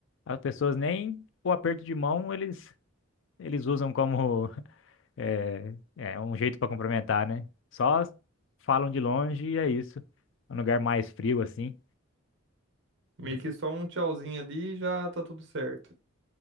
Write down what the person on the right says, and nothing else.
Meio
que só um tchauzinho ali e já tá tudo certo.